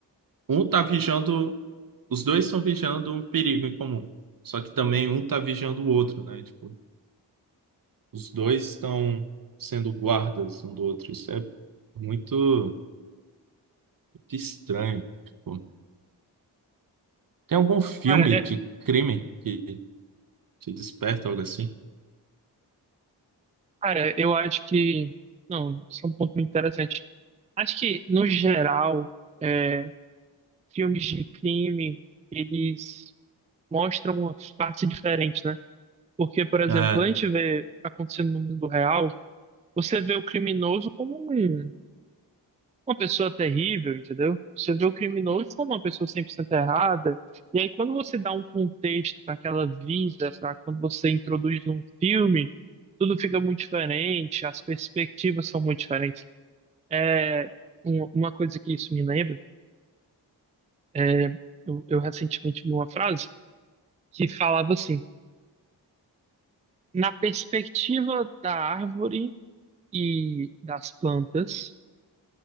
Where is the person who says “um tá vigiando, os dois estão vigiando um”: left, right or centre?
Right